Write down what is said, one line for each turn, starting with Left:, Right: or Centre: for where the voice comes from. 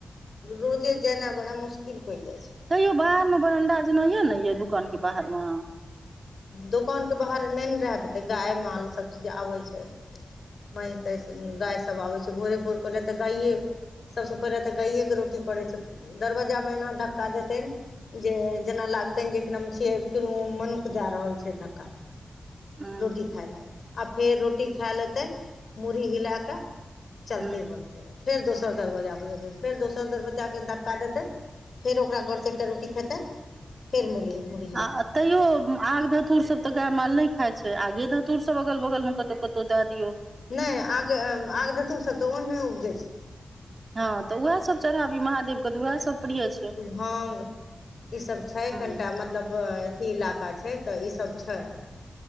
Left: रोजे जेना बड़ा मुश्किल। प जाई छै।
Right: हैयौ बाहर मे बरडा जेना या ने दुकान के बाहर मे।
Left: दोकान के बाहर नहि ने रह देते गाय माल सभ चीज आबै छै। महंस तैस गायसभ आबै छै भोरे भोर पहिले तऽ गाए। सभसँ पहिले तऽ गाइएके रोटी पड़ै छै दरवजाजा महिना धक्का देतनि। जे जेना लागतनि जे कि नाम छिय किनु मनुख दए रहल छै धक्का।
Right: ह
Left: रोटी खाय लऽ आ फेर रोटी खाए लेतै मुरही हिला कऽ। चलते
Right: ह
Left: बनतै फेर दोसर दरवाजापर जेतै फेर दोसर दरवाजाके धक्का देतै। फेर ओक घरसँ एकटा रोटी खेते। फेर मल।
Right: आ तैयो आग धतुर सभ। तऽ गाय माल नहि खाई छै आगे ध तूर सभ अगल बगल मे कतौ कतौ दए दियौ।
Left: नहि आग आग धतुर सभ तऽ ओहने उपजै छै।
Right: हँ तऽ उएह सभ चढ़ाबी महादेवके तऽ वएह सभ प्रिय छै।
Left: हा ई सभ छै
Right: ह
Left: कनिटा मतलब अथी इलाका छै तऽ ई सभ छै।